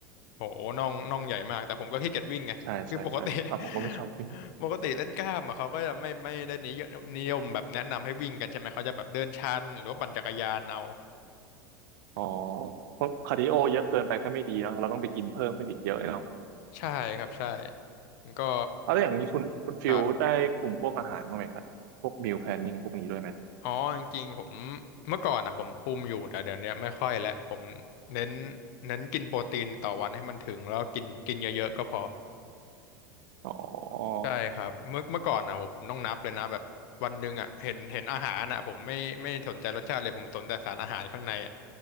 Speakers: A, on the left; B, on the right.
A: โหน่องน่องใหญ่มากแต่ผมก็ขี้เกียจวิ่งไงคือปกติ
B: ใช่ใช่ใช่อ่ะผมก็ไม่ชอบวิ่ง
A: <laughs> ปกติเล่นกล้ามอะเขาก็จะไม่ไม่ได้นิยมนิยมแบบแนะนำให้วิ่งกันใช่ไหมเขาจะแบบเดินชันหรือว่าปั่นจักรยานเอา
B: อ๋อเพราะคาร์ดิโอเยอะเกินไปก็ไม่ดีเนาะเราต้องไปกินเพิ่มขึ้นอีกเยอะเลยเนาะ
A: ใช่ครับใช่ก็
B: เอาแล้วอย่างนี้คุณคุณฟิลได้คุมพวกอาหารบ้างไหมครับพวกมิลแพลนนิ่งพวกนี้ด้วยไหม
A: ครับอ๋อจริงๆผมเมื่อก่อนอ่ะผมคุมอยู่แต่เดี๋ยวนี้ไม่ค่อยแล้วผมเน้นเน้นกินโปรตีนต่อวันให้มันถึงแล้วกินกินเยอะๆก็พอ
B: อ๋อ
A: ใช่ครับเมื่อเมื่อก่อนนะโหผมต้องนับเลยนะแบบวันหนึ่งอ่ะเห็นเห็นอาหารอ่ะผมไม่ไม่สนใจรสชาติเลยผมสนแต่สารอาหารข้างในอ่ะ